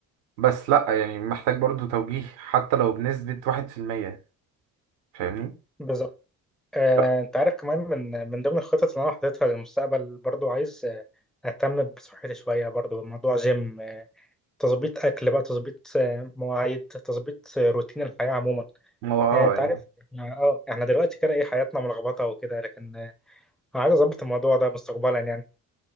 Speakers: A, on the right; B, in the centre.
A: بس لأ يعني محتاج برضو توجيه حتى لو بنسبة واحد في المية فاهمني؟
B: بالظبط آه،
A: لأ،
B: انت عارف كمان من من ضمن الخطط اللي انا حاططها للمستقبل برضو عايز آه، اهتم بصحتي شويه برضو موضوع جيم آه، تظبيط اكل بقى تظبيط آه، مواعيد تظبيط آه، روتين الحياه عموما
A: ما هو اه
B: آه، انت
A: يعني
B: عارف احنا اه احنا دلوقتي كده ايه حياتنا ملخبطه وكده لكن آه، عايز اظبط الموضوع ده مستقبلا يعني